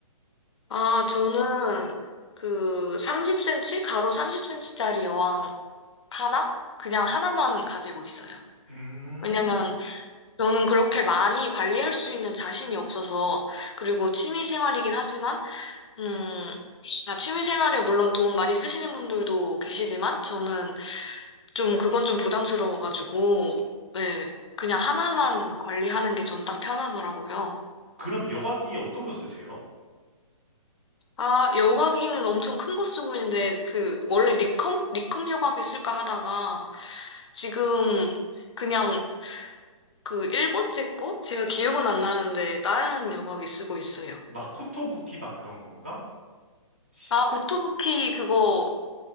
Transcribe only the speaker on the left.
아, 저는 그 30cm? 가로 30cm짜리 여왕 하나? 그냥 하나만 가지고 있어요.
왜냐면 저는 그렇게 많이 관리할 수 있는 자신이 없어서, 그리고 취미 생활이긴 하지만, 음, 취미 생활에 물론 돈 많이 쓰시는 분들도 계시지만, 저는 좀 그건 좀 부담스러워가지고, 네, 그냥 하나만 관리하는 게 전 딱 편하더라고요.
아, 여과기는 엄청 큰 거 쓰고 있는데, 그, 원래 리컴? 리컴 여과기 쓸까 하다가, 지금 그냥 그 일본제 거? 제가 기억은 안 나는데 다른 여과기 쓰고 있어요.
아, 고토부키 그거